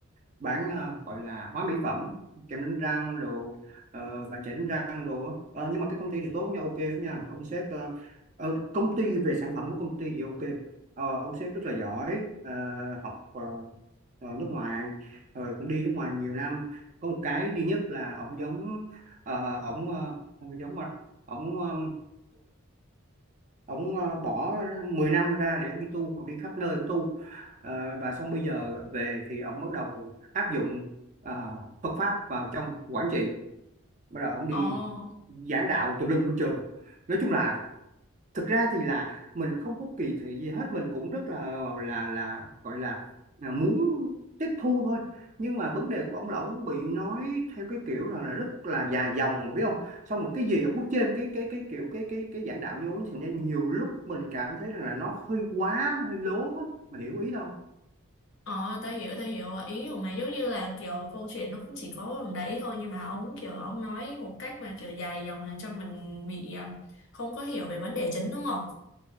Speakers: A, on the right (about 35°); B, on the left (about 60°).
A: bán ờ, gọi là hóa mỹ phẩm kem đánh răng đồ ờ, bàn chải đánh răng đồ á. Ờ, nhưng mà cái công ty này tốt nha ok lắm nha ông sếp ờ, ờ, công ty về sản phẩm của công ty thì ok Ờ, ông sếp rất là giỏi ờ, học ờ, ờ, nước ngoài rồi cũng đi nước ngoài nhiều năm có một cái duy nhất là ổng giống ờ, ổng ờ, không phải giống mà ổng uh, ông ờ, bỏ 10 năm ra để ông đi tu ông đi khắp nơi ông tu Ờ, và xong bây giờ về thì ông bắt đầu áp dụng ờ, Phật pháp vào trong quản trị bắt đầu ông đi
B: Ồ,
A: giảng đạo tùm lum hết trơn nói chung là thực ra thì là mình không có kỳ thị gì hết mình cũng rất là là là gọi là, là muốn tiếp thu thôi nhưng mà vấn đề của ông là ông bị nói theo cái kiểu rằng là rất là dài dòng mà biết không xong một cái gì ông cứ trên cái cái cái kiểu cái cái cái giảng đạo vô thì nên nhiều lúc mình cảm thấy rằng là nó hơi quá nó hơi lố á. mà hiểu ý đâu
B: ồ, tao hiểu, tao hiểu. Ý của mày giống như là kiểu câu chuyện nó cũng chỉ có bằng đấy thôi nhưng mà ông kiểu ông nói một cách mà kiểu dài dòng làm cho mình bị à, không có hiểu về vấn đề chính đúng không?